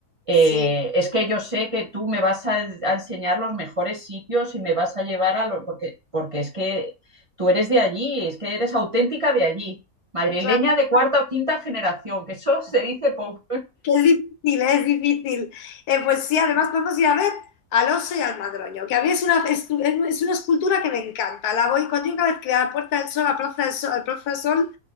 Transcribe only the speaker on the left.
sí,
claro.
Es difícil, es difícil. Eh, pues sí, además podemos ir a ver al oso y al madroño, que a mí es una, es, es una escultura que me encanta. La voy cuando yo cada vez que voy a la Puerta del Sol, a la Plaza del Sol, al Plaza del Sol,